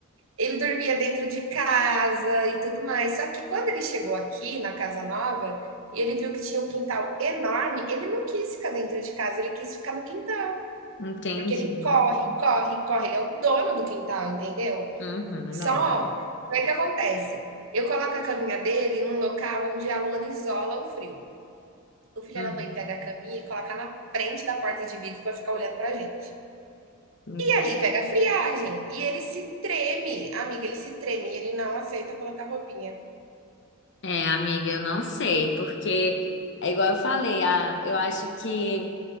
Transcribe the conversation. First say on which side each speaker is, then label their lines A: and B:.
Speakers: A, on the right; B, on the left.
A: ele dormia dentro de casa e tudo mais. Só que quando ele chegou aqui na casa nova, e ele viu que tinha um quintal enorme, ele não quis ficar dentro de casa, ele quis ficar no quintal.
B: entendi.
A: Porque ele corre, corre, corre. Ele é o dono do quintal, entendeu?
B: Uhum,
A: Só
B: da hora.
A: que aí que acontece? Eu coloco a caminha dele num local onde a lona isola o frio. O filho
B: Uhum,
A: da mãe pega a caminha e coloca na frente da porta de vidro para ficar olhando pra gente.
B: ent-
A: E ali pega a friagem. E ele se treme, amiga, ele se treme. E ele não aceita colocar roupinha.
B: É, amiga, eu não sei, porque é igual eu falei, a, eu acho que